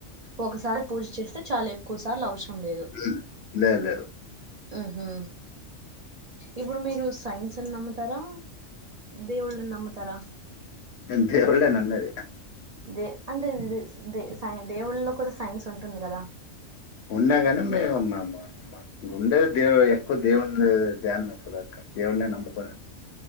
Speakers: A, on the right (about 60°); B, on the left (about 65°).
A: ఒకసారి పూజ చేస్తే చాలు ఎక్కువ సార్లు అవసరం లేదు
B: ఉమ్. లేదు లేదు
A: ఉహు...
B: <inaudible>
A: ఇప్పుడు మీరు సైన్స్ అని నమ్ముతారా..... దేవుళ్ళని నమ్ముతారా
B: నేను దేవున్నే నమ్మేది
A: దే అంటే దే సైన్ దేవుళ్ళలో కూడా సైన్స్ ఉంటుంది కదా
B: ఉన్నాగాని మేముమ్మ్ మ ఉండేది దేవు ఎక్కువ దేవుని ధ్యానమే కదా దేవున్నే నమ్ముకునేది